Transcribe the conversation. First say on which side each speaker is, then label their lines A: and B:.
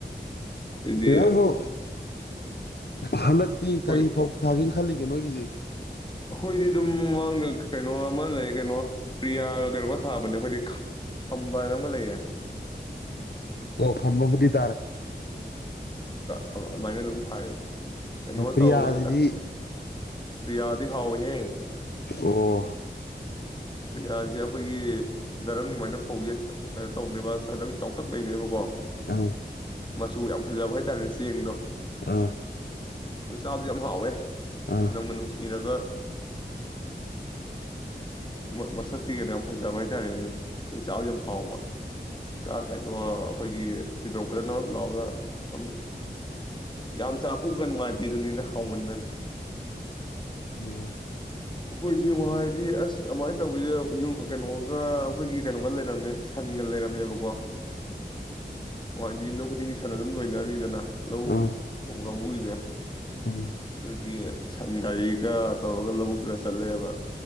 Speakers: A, on the left; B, on the left.
A: ꯑꯗꯨꯗꯤ
B: ꯅꯪꯕꯨ ꯍꯅꯛ ꯅꯤ
A: ꯑꯩꯈꯣꯏ
B: ꯀꯔꯤ ꯐꯧ ꯊꯥꯒꯦ ꯈꯜꯂꯤꯒꯦ ꯅꯣꯏꯒꯤꯗꯤ
A: ꯑꯈꯣꯏꯗꯤ ꯑꯗꯨꯝ ꯃꯥꯡꯗ ꯀꯩꯅꯣ ꯑꯃ ꯂꯩ ꯀꯅꯣ ꯄ꯭ꯔꯤꯌꯥꯒ ꯀꯩꯅꯣꯒ ꯊꯥꯕꯅꯦ ꯑꯩꯈꯣꯏꯗꯤ ꯈꯝꯕꯥ ꯍꯥꯏꯅ ꯑꯃꯒ ꯂꯩꯌꯦ
B: ꯑꯣ ꯈꯝꯕꯕꯨꯗꯤ ꯇꯥꯔꯦ
A: ꯑꯧ ꯑꯗꯨꯃꯥꯏꯅ ꯑꯗꯨꯝ ꯊꯥꯏꯌꯦ ꯀꯩꯅꯣ
B: ꯄ꯭ꯔꯤꯌꯥꯁꯤꯗꯤ
A: ꯇꯧꯑꯅꯦ ꯑꯁ ꯄꯤꯌꯥꯠ ꯍꯥꯎꯍ
B: ꯑꯣ
A: ꯄ꯭ꯔꯤꯌꯥꯖꯤꯗꯤ ꯑꯩꯈꯣꯏꯒꯤ ꯗꯔꯝꯒꯤꯃꯥꯏꯅ ꯐꯧꯌꯦꯁ ꯀꯩꯅꯣ ꯇꯧꯅꯦꯕ ꯁꯗꯪ ꯆꯥꯎꯇꯛ ꯂꯩꯔꯦꯕꯀꯣ
B: ꯑꯪ
A: ꯃꯆꯨ ꯌꯥꯝ ꯐꯖꯕ ꯍꯥꯏꯇꯥꯔꯅꯦ ꯆꯦꯡꯗꯣ
B: ꯑꯥ
A: ꯆꯥꯕꯗꯤ ꯌꯥꯝ ꯍꯥꯎꯋꯦ
B: ꯑꯥ
A: ꯅꯝꯒꯥ ꯅꯨꯡꯁꯤꯔꯒ ꯃ ꯃꯁꯛꯇꯤ ꯒꯩꯅ ꯌꯥꯝ ꯐꯖꯕ ꯍꯥꯏꯇꯥꯔꯦꯅꯦ ꯑꯗꯨ ꯆꯥꯑꯗꯤ ꯌꯥꯝ ꯍꯥꯎꯕ ꯆꯥꯛ ꯀꯥꯏꯗꯣ ꯑꯈꯣꯏꯒꯤ ꯊꯤꯗꯣꯛꯄꯗ ꯅ ꯑꯝ ꯂꯥꯎꯑꯒ ꯑꯃꯨꯛ ꯌꯥꯝ ꯆꯥꯛꯐꯨꯒ ꯅꯨꯡꯉꯥꯏꯇꯦ ꯗꯨꯅꯤꯅ ꯍꯥꯎꯃꯟꯗꯅ
B: ꯑꯣ
A: ꯍꯨꯏꯗꯤ ꯑꯃꯨ ꯍꯥꯏꯗꯤ ꯑꯁ ꯑꯗꯨꯃꯥꯏꯅ ꯇꯧꯑꯖꯥꯗ ꯌꯨꯝ ꯀꯩꯅꯣꯒ ꯑꯩꯈꯣꯏꯒꯤ ꯀꯩꯅꯣꯒ ꯂꯩꯔꯝꯃꯦ ꯁꯟꯒ ꯂꯩꯔꯝꯃꯦꯕꯀꯣ
B: ꯎ
A: ꯎꯋ ꯑꯥꯏꯗꯤ ꯌꯨꯝꯗꯣꯡ ꯈꯨꯗꯤꯡꯒꯤ ꯁꯥꯟ ꯑꯗꯨꯝ ꯂꯣꯏꯅꯔꯝꯃꯤꯗꯅ ꯂꯧ
B: ꯑꯥ
A: ꯎꯕꯒꯪꯕꯨ ꯗꯤꯌꯥ
B: ꯎꯝ
A: ꯗꯨꯒꯤ ꯁꯟ ꯒꯥꯔꯤꯒ ꯇꯧꯔꯒ ꯂꯧꯕꯨꯛꯇꯨꯒ ꯆꯠꯂꯦꯕ